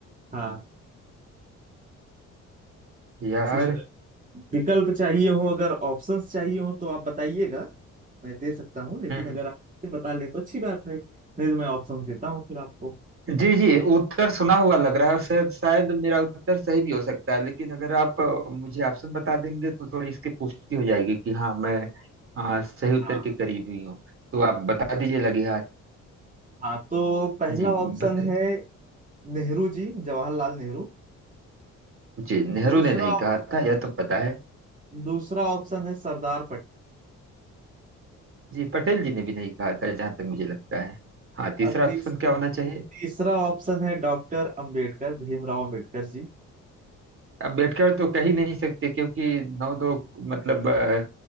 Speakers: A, on the right; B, on the right.
A: हाँ
B: यार
A: कुछ विकल्प चाहिए हो अगर ऑप्शंस चाहिए हो तो आप बताइएगा मैं दे सकता हूँ लेकिन
B: हम्म
A: अगर आप इसे बता ले तो अच्छी बात है नहीं तो मैं ऑप्शन देता हूँ फिर आपको
B: जी जी उत्तर सुना हुआ लग रहा है और शायद शायद मेरा उत्तर सही भी हो सकता है लेकिन अगर आप अ, मुझे ऑप्शन बता देंगे तो थोड़ी इसकी पुष्टि हो जाएगी कि हाँ मैं अ, सही उत्तर
A: हाँ
B: के करीब ही हूँ तो आप बता दीजिए लगे हाथ
A: हाँ तो पहला
B: जी
A: ऑप्शन
B: बताइए
A: है नेहरू जी जवाहरलाल नेहरू
B: जी नेहरू
A: दूसरा
B: ने नहीं कहा था यह तो पता है
A: दूसरा ऑप्शन है सरदार
B: जी पटेल जी ने भी नहीं कहा था जहां तक मुझे लगता है हाँ तीसरा
A: पटेल
B: ऑप्शन क्या होना चाहिए
A: तीसरा ऑप्शन है डॉक्टर अंबेडकर भीमराव अंबेडकर जी
B: अम्बेडकर तो कह ही नहीं सकते क्योंकि नौ दो मतलब अ,